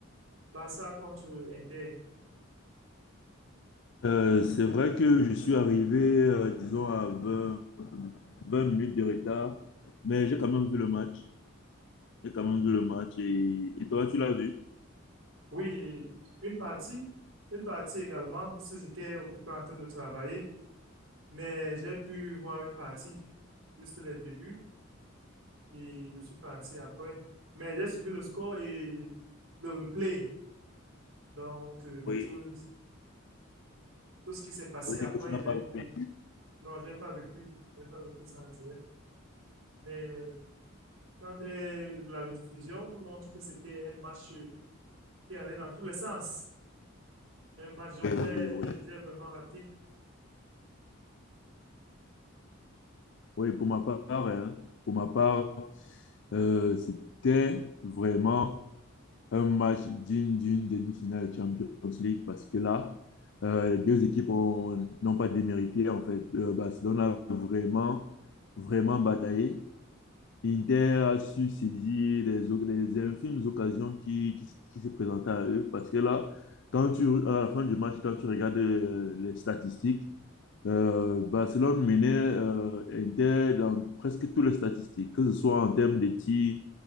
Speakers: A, on the right (about 65°); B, on the left (about 60°).
A: Barça contre Inter.
B: euh, c'est vrai que je suis arrivé, euh, disons, à vingt vingt minutes de retard, mais j'ai quand même vu le match. J'ai quand même vu le match. Et, et toi, tu l'as vu?
A: Oui, une partie, une partie également, parce que j'étais occupé en train de travailler, mais j'ai pu voir une partie, juste le début, et je suis parti après. Mais j'ai suivi le score et le replay, donc euh,
B: Oui.
A: tout, tout ce qui s'est passé
B: Ça veut
A: après,
B: dire que tu n'as
A: j'ai
B: pas
A: pu...
B: vu.
A: Non, j'ai pas vécu, j'ai pas vécu ça en direct. Mais quand j'ai eu la rediffusion, montre que c'était un match qui allait dans tous les sens. Un match dont
B: Oui,
A: j'ai
B: oui, oui.
A: j'ai- j'ai vraiment raté.
B: Oui, pour ma part, hein, pour ma part, euh, c'était vraiment un match digne d'une demi-finale Champions League parce que là, euh, les deux équipes ont- n'ont pas démérité, en fait. Euh, Barcelone a vraiment, vraiment bataillé. Inter a su saisir les, oc- les infimes occasions qui, qui, s- qui se présentaient à eux parce que là, quand tu, à la fin du match, quand tu regardes euh, les statistiques, euh, Barcelone menait euh, Inter dans presque toutes les statistiques, que ce soit en termes de tirs,